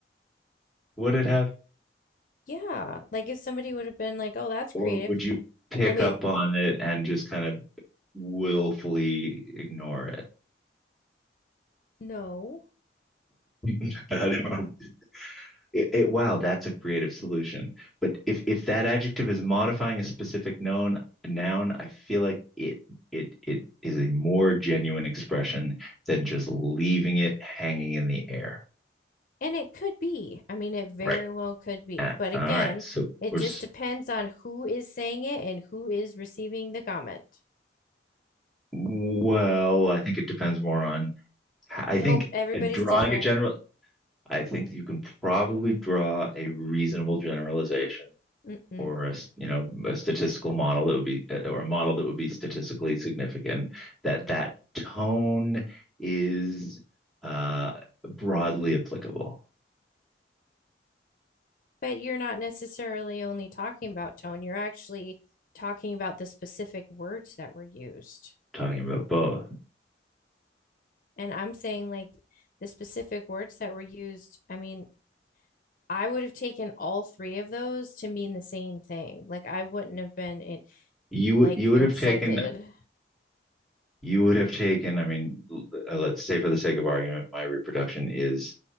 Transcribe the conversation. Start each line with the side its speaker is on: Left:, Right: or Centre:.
Centre: would it have,
Left: Yeah, like if somebody would have been like, "Oh, that's
Centre: or
Left: creative,"
Centre: would you pick
Left: I mean,
Centre: up on it and just kind of willfully ignore it?
Left: no.
Centre: <laughs> I don't know. it, it, wow, that's a creative solution. But if if that adjective is modifying a specific noun, noun, I feel like it it it is a more genuine expression than just leaving it hanging in the air.
Left: And it could be. I mean, it very
Centre: Right.
Left: well could be.
Centre: Ah,
Left: But
Centre: all
Left: again,
Centre: right. So
Left: it
Centre: or
Left: just depends on who is saying it and who is receiving the comment.
Centre: well, I think it depends more on. I
Left: Nope,
Centre: think
Left: everybody's
Centre: in drawing
Left: different.
Centre: a general. I think you can probably draw a reasonable generalization
Left: Mm-mm.
Centre: or a you know a statistical model that would be uh, or a model that would be statistically significant that that tone is uh, broadly applicable
Left: But you're not necessarily only talking about tone, you're actually talking about the specific words that were used.
Centre: talking about both
Left: And I'm saying, like, the specific words that were used, I mean, I would have taken all three of those to mean the same thing. Like, I wouldn't have been in,
Centre: you
Left: like
Centre: you
Left: insulted
Centre: would have taken you would have taken i mean let's say for the sake of argument my reproduction is